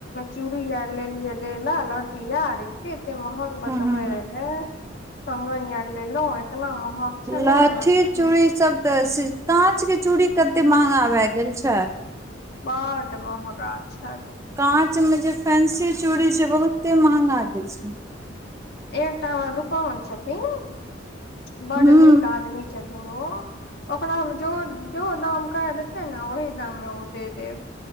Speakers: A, on the left; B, on the right.
A: चूड़ी आर लेलियै दै ल लहठी आर एते एते महग बतबे
B: हूँ
A: रहे कंगन अर लेलो एतना महग छले
B: लहठी
A: ने कि
B: चूड़ी सब तऽ काँच के चूड़ी कते महंगा भए गेल छै
A: बड महगा छै
B: काँच में जे फेंसी चूड़ी छै बहुते महंगा देय छै
A: एकटा हमरा दुकान छथिन <unintelligible> बड
B: हूँ
A: नीक आदमी छथिन हो ओकरमे जो जो दाम कह देतै ने ओहि दाममे ओ दऽ देब